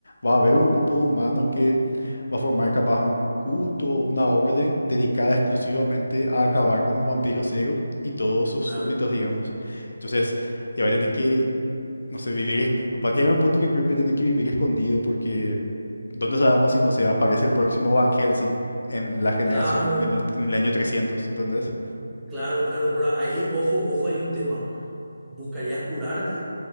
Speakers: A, on the left; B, in the centre.
A: va a haber un grupo de humanos que va a formar capaz un culto o una orden dedicada exclusivamente a acabar con el vampiro cero y todos sus
B: Claro,
A: súbditos, digamos. Entonces, ya va a tener que no sé, vivir, es- va a llegar un punto que creo que tener que vivir escondido porque ¿dónde sabemos si, no sé, aparece el próximo Van Helsing en la generación,
B: claro,
A: en el, en el año trescientos ¿entendés?
B: claro, claro, pero ahí, ojo, ojo, hay un tema. ¿Buscarías curarte